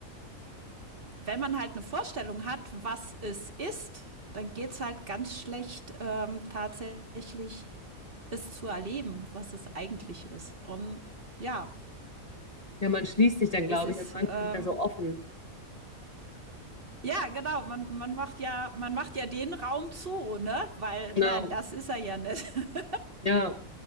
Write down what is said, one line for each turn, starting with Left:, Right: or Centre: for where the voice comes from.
Right: wenn man halt eine Vorstellung hat, was es ist, dann geht's halt ganz schlecht ähm, tatsächlich es zu erleben, was es eigentlich ist. Und ja,
Left: Ja, man schließt sich dann,
Right: es
Left: glaube
Right: ist
Left: ich. Also man ist
Right: ähm,
Left: nicht mehr so offen.
Right: ja, genau. Man, man macht ja, man macht ja den Raum zu, ne? Weil,
Left: Genau.
Right: nein, das ist er ja nicht. <laughs>
Left: Ja,